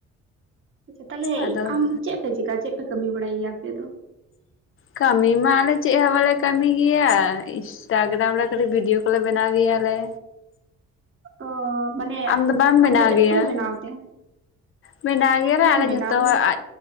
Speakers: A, on the right; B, on the left.
A: ᱟᱪᱪᱷᱟ ᱛᱟᱦᱟᱞᱮ
B: ᱟᱫᱚ
A: ᱟᱢ ᱪᱮᱫ ᱯᱮ ᱪᱮᱠᱟ ᱪᱮᱫ ᱯᱮ ᱠᱟᱹᱢᱤ ᱵᱟᱲᱟᱭ ᱜᱮᱭᱟ ᱟᱯᱮ ᱫᱚ?
B: ᱠᱟᱹᱢᱤ ᱢᱟ ᱟᱞᱮ ᱪᱮᱫ ᱦᱚᱸ ᱵᱟᱞᱮ ᱠᱟᱹᱢᱤ ᱜᱮᱭᱟ ᱤᱱᱥᱴᱟᱜᱨᱟᱢ ᱨᱮ ᱠᱟᱹᱴᱤᱡ ᱵᱷᱤᱰᱤᱭᱳ ᱠᱚᱞᱮ ᱵᱮᱱᱟᱣ ᱜᱮᱭᱟᱞᱮ।
A: ᱚ ᱢᱟᱱᱮ
B: ᱟᱢ ᱫᱚ ᱵᱟᱢ ᱵᱮᱱᱟᱣ
A: ᱚᱠᱚᱭ
B: ᱜᱮᱭᱟ?
A: ᱚᱠᱚᱭ ᱵᱮᱱᱟᱣ ᱛᱮ
B: ᱵᱮᱱᱟᱣ ᱜᱮᱭᱟᱞᱮ
A: ᱤᱧ
B: ᱟᱞᱮ
A: ᱵᱮᱱᱟᱣ
B: ᱡᱷᱚᱛᱚ
A: ᱫᱟᱹᱧ
B: ᱦᱚᱲ᱾ ᱟ